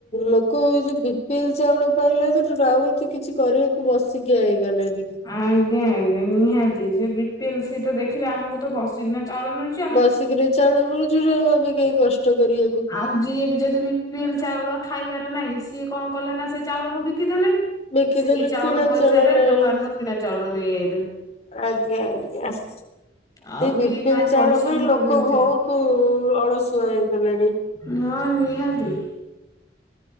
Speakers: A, on the left; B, on the left.
A: ଲୋକ ଏ ଯୋଉ ବିପିଏଲ ଚାଉଳ ପାଇଲେ ସେଠ ଆଉତ କିଛି କରିବାକୁ ବସିକିଆ ହେଇଗଲେଣି
B: ଆଜ୍ଞା ଆଜ୍ଞା ନିହାତି ସେ ବି ପିଏଲ ସିଏ ତ ଦେଖିଲେ ଆମକୁ ତ ବସିକିନା ଚାଉଳ ମିଳୁଚି
A: ବସିକରି ଚାଉଳ ମିଳୁଛି ଆଉ ଏଇନା କିଏ କଷ୍ଟ କରି
B: ଆଉ ଯିଏ ବି ଯଦି ବି ପିଏ ଲ ଚାଉଳ ଖାଇବାର ନାହିଁ ସିଏ କଣ କଲେ ନା ସେ ଚାଉଳକୁ ବିକିଦେଲେ
A: ବିକିଦେଲେ
B: ସେଇ ଚାଉଳ
A: କିଣା
B: ପଇସା ରେ
A: ମିଳିଲା।
B: ଦୋକାନରୁୁ କିଣା ଚାଉଳ ନେଇଆଇଲେ
A: ଆଜ୍ଞା ଆଜ୍ଞା ସେ
B: ଆଉ
A: ବିପିଏଲ
B: କିଏ କାହିଁ
A: ଚାଉଳ
B: ପରିଶ୍ରମ
A: ପାଇଁ ଲୋକ
B: କରିବାକୁ ଚାହିଁବ
A: ବହୁତ ଅଳସୁଆ ହେଇଗଲେଣି
B: ନାଆ ନିହାତି